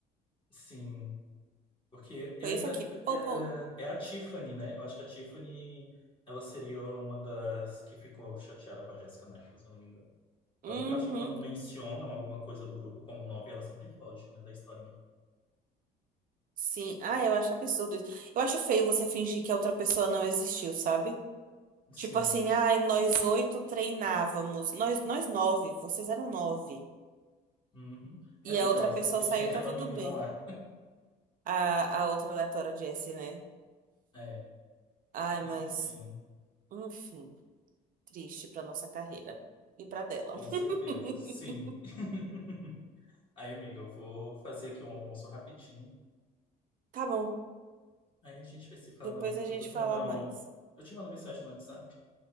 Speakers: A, on the left (about 30°); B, on the right (about 55°).
A: Sim, porque eu
B: Foi
A: ainda.
B: isso aqui, pou, pou.
A: É, é a Tiffany, né? Eu acho que a Tiffany. Ela seria uma das que ficou chateada com a Jéssica Neto, se eu não me engano.
B: Uhum,
A: Tanto que eu acho que quando mencionam alguma coisa do grupo como nove, ela sempre foge, né, da historinha.
B: sim. Ai, eu acho absurdo isso. Eu acho feio você fingir que a outra pessoa não existiu, sabe?
A: Sim.
B: Tipo assim, ai, nós oito treinávamos, nós, nós nove, vocês eram nove.
A: Uhum. Eram
B: E a outra
A: 10
B: pessoa
A: né? Porque
B: saiu
A: tinha aquela
B: e tá tudo
A: menina
B: bem.
A: lá.
B: A, a outra aleatória é Jessie, né?
A: É,
B: Ai,
A: mas
B: mas,
A: enfim,
B: enfim, triste pra nossa carreira e pra dela.
A: com
B: <laughs>
A: certeza, sim. <laughs> Aí, amiga, eu vou fazer aqui um almoço rapidinho.
B: Tá bom,
A: Aí a gente vai se falando.
B: depois a gente
A: Eu vou te
B: fala
A: mandar
B: mais.
A: um. Eu te mando mensagem no WhatsApp.